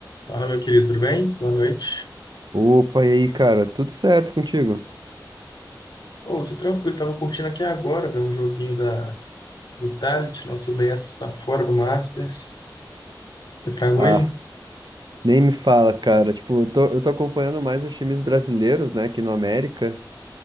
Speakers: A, on the left; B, on the right.
A: Fala, meu querido, tudo bem? Boa noite.
B: Opa, e aí, cara? Tudo certo contigo?
A: Ô, tô tranquilo, tava curtindo aqui agora, velho, um joguinho da Vitality, nosso Lens tá fora do Masters. Você tragou
B: Ah,
A: ele?
B: nem me fala, cara. Tipo, eu tô, eu tô acompanhando mais os times brasileiros, né, aqui no América,